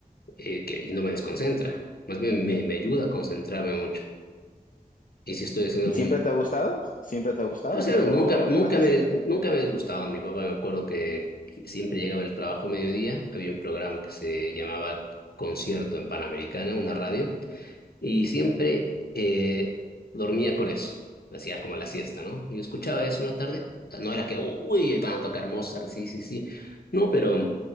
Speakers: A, on the left; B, on the left.
A: eh, que, y no me desconcentra. Más bien me, me ayuda a concentrarme mucho. Y si estoy haciendo
B: ¿Y
A: algún...
B: siempre te ha gustado? ¿Siempre te ha gustado?
A: O
B: ¿O
A: sea,
B: es algo
A: nunca, nunca
B: más reciente?
A: me, nunca me he disgustado. Mi papá me acuerdo que siempre llegaba el trabajo a mediodía. Había un programa que se llamaba concierto en Panamericana, una radio. Y siempre eh, dormía con eso. Hacía como la siesta, ¿no? Yo escuchaba eso una tarde. No era que, uy, van a tocar Mozart, sí, sí, sí. No, pero,